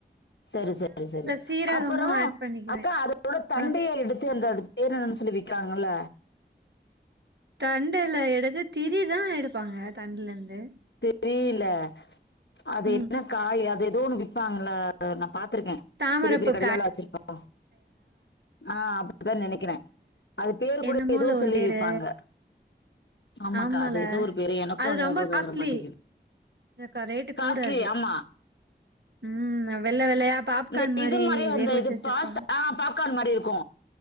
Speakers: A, on the left; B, on the right.
A: சரி சரி சரி
B: சீரகமும்
A: அப்பறோ
B: ஆட் பண்ணிக்குவேன்.
A: அக்கா அத அதோட தண்டையே
B: அ
A: எடுத்து அந்த அதுக்கு பேர் என்னணு சொல்லி விக்கிறாங்கல்ல
B: தண்டுல எடுத்து திரி தா எடுப்பாங்க தண்டுலருந்து
A: தெரிய்ல அது
B: ம்.
A: என்ன காய் அது எதோ ஒன்னு விப்பாங்கல்ல நா பாத்துருக்கே
B: தாமரப்பூ
A: பெரிய பெரிய
B: க
A: கடைலலா வச்சிருப்பாங்கல ஆ அப்டிதா நெனைக்கிறே அது பேரு
B: என்னமோல
A: கூட எதோ
B: ஒரு
A: சொல்லி
B: பேரு
A: விப்பாங்க ஆமாக்கா
B: ஆமால
A: அது எதோ ஒரு பேரு எனக்கு
B: அது
A: ஞாபக
B: ரொம்ப காஸ்ட்லி
A: வர மாட்
B: எனக்கா ரேட்டு
A: காஸ்ட்லி
B: கூட அது
A: ஆமா
B: ம் வெள்ள வெள்ளையா பாப்கார்ன்
A: இந்த
B: மாரி
A: இது மாரியே அந்த
B: வேக வச்சு
A: இது
B: வச்சிருப்பாங்க
A: பாஸ்த் ஆ பாப்கார்ன் மாரி இருக்கு